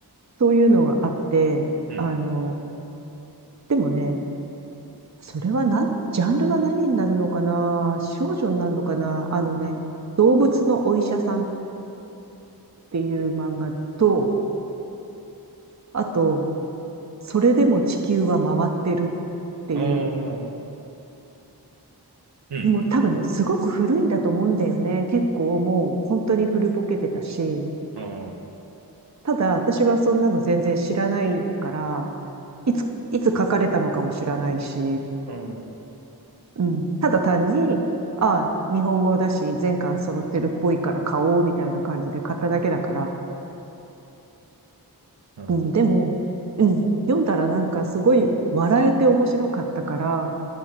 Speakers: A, on the right; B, on the right.
A: そういうのがあって、
B: うん、
A: あの、でもね、それはなん、ジャンルは何になるのかな少女になるのかなあのね、動物のお医者さんっていう漫画と、あと、それでも地球は回ってるっていう、
B: あー、うん、
A: もう多分ね、すごく古いんだと思うんだよね。結構もう本当に古ぼけてたし、
B: あー、
A: ただ私はそんなの全然知らないから、いつ、いつ書かれたのかも知らないし、
B: あー、
A: うん。ただ単に、ああ、日本語だし、全巻揃ってるっぽいから買おうみたいな感じで買っただけだから。
B: なるほど。
A: うん、でも、うん、読んだらなんかすごい笑えて面白かったから、